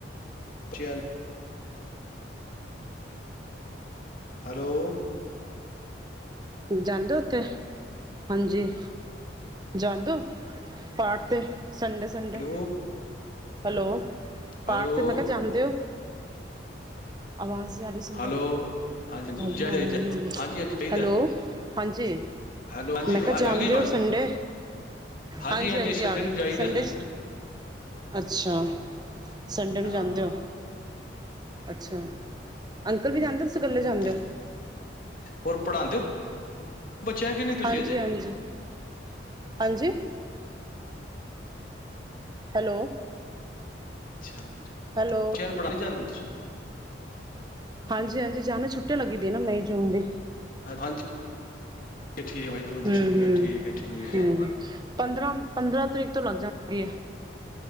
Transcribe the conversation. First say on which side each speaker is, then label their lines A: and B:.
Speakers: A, on the left (about 45°); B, on the right (about 20°).
A: ਬੱਚਿਆਂ ਨੂੰ। ਹੈਲੋ।
B: ਜਾਂਦੇ ਉੱ ਉਥੇ ਹਾਂਜੀ ਜਾਂਦੋ ਐੱ ਪਾਠ ਤੇ। ਸੰਡੇ-ਸੰਡੇ।
A: Hello
B: hello. ਪਾਠ
A: ਹੈਲੋ
B: ਤੇ ਮੈਂ ਕਿਹਾ ਜਾਂਦੇ ਹੋ। ਆਵਾਜ਼ ਨੀ ਆ ਰਿ ਸੁਣ ਨਾ
A: ਹੈਲੋ ਹਾਂਜੀ ਹਾਂਜੀ
B: ਰਾਜੂ
A: ਜੈ ਜੈ
B: ਨਾਲ
A: ਜੈ
B: ਗੱਲ ਹੋ ਰੀ,
A: ਹਾਂਜੀ ਹਾਂਜੀ ਚਾਹੀਦਾ
B: ਹੈਲੋ। ਹਾਂਜੀ
A: ਹੈਲੋ ਹਾਂਜੀ
B: ਮੈਂ ਕਿਹਾ ਜਾਂਦੇ
A: ਆ ਗਈ ਆਵਾਜ਼
B: ਹੋ ਸੰਡੇ,
A: ਹਾਂਜੀ
B: ਹਾਂਜੀ-ਹਾਂਜੀ
A: ਹਾਂਜੀ ਸੰਡੇ
B: ਆ
A: ਨੂੰ
B: ਗਈ
A: ਚਾਹੀਦਾ
B: ਸੰਡੇ
A: ਹਾਂਜੀ
B: ਅੱਛਾ ਸੰਡੇ
A: ਹਾਂ
B: ਨੂੰ ਜਾਂਦੇ ਹੋ। ਅੱਛਾ। ਅੰਕਲ ਵੀ ਜਾਂਦੇ ਨੇ, ਕੇ ਤੁਸੀ ਕੱਲੇ
A: ਹੂੰ,
B: ਜਾਂਦੇ ਹੋ।
A: ਹੋਰ ਪੜ੍ਹਾਉਂਦੇ ਹੋ ਬੱਚਿਆਂ ਨੂੰ ਕਿ ਨਹੀਂ ਤੁਸੀਂ
B: ਹਾਂਜੀ-ਹਾਂਜੀ।
A: ਅਜੇ
B: ਹਾਂਜੀ। ਹੈਲੋ।
A: ਅੱਛਾ। ਬੱਚਿਆਂ
B: ਹੈਲੋ
A: ਨੂੰ ਪੜਾਨੇ ਜਾਂਦੇ ਹੋ ਤੁਸੀ
B: ਹਾਂਜੀ ਹਾਂਜੀ ਜਾਣ ਛੁੱਟਿਆ ਲੱਗੀ ਦੀ ਨਾ ਮਈ ਜੂਨ ਦੀ।
A: ਹਾਂਜੀ ਠੀਕ ਹੈ ਬਾਈ ਜੂਨ ਦੀ
B: ਹੂ
A: ਛੁੱਟੀਆਂ
B: ਹੂ
A: ਠੀਕ ਹੈ ਠੀਕ
B: ਹੂ
A: ਹੈ
B: ਪੰਦਰਾਂ ਪੰਦਰਾਂ ਤਰੀਕ ਤੋਂ ਲੱਗ ਜਾਣ ਗਏ